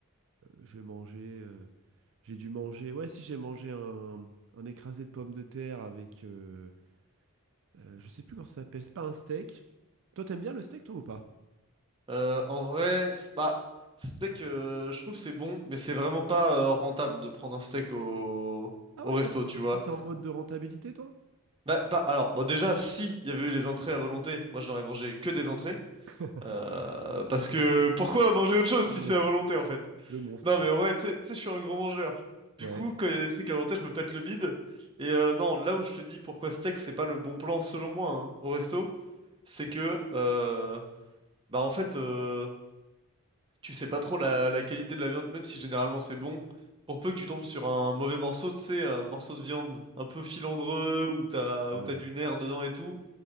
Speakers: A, on the right; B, on the right.
A: J'ai mangé, euh, j'ai dû manger. Ouais, si j'ai mangé un, un écrasé de pommes de terre avec, euh, euh, je sais plus comment ça s'appelle, c'est pas un steak. Toi, t'aimes bien le steak, toi ou pas?
B: Euh, en vrai, f- bah, steak, euh, je trouve que c'est bon, mais c'est vraiment pas euh, rentable de prendre un steak au,
A: Ah
B: au
A: ouais,
B: resto,
A: toi,
B: tu vois.
A: toi, t'es en mode de rentabilité, toi?
B: Bah, bah, alors, bon, déjà, si il y avait eu les entrées à volonté, moi je n'aurais mangé que des entrées.
A: <laughs>
B: Euh, parce que pourquoi manger autre chose
A: Le
B: si
A: monstre,
B: c'est à volonté en fait?
A: le monstre.
B: Non, mais en vrai, tu sais, tu sais, je suis un gros mangeur. Du
A: Ouais,
B: coup, quand il y a des trucs à volonté, je me pète le bide. Et euh, non, là où je te dis pourquoi steak, c'est pas le bon plan selon moi hein, au resto, c'est que, euh, bah en fait. euh, tu sais pas trop la, la qualité de la viande, même si généralement c'est bon. Pour peu que tu tombes sur un mauvais morceau, tu sais, un morceau de viande un peu filandreux, où t'as,
A: ouais.
B: où t'as du nerf dedans et tout,